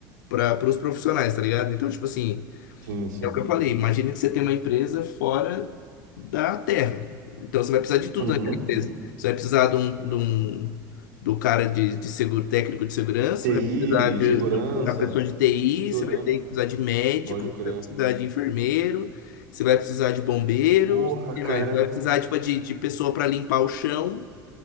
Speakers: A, on the left (about 65°); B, on the right (about 65°).
A: para os profissionais, tá ligado? Então, tipo assim.
B: Sim, sim.
A: É o que eu falei. Imagina que você tem uma empresa fora da Terra. Então você vai precisar de tudo
B: Uhum.
A: naquela empresa. Você vai precisar de um, de um- do cara de, de seguro, técnico de segurança,
B: TI,
A: vai precisar de,
B: segurança,
A: de uma pessoa de TI,
B: tudo,
A: você vai ter
B: né?
A: que precisar de médico,
B: Pode
A: você
B: crer.
A: vai precisar de enfermeiro, você vai precisar de bombeiros,
B: Porra,
A: o que
B: cara.
A: mais? Você vai precisar tipo, de, de pessoa para limpar o chão.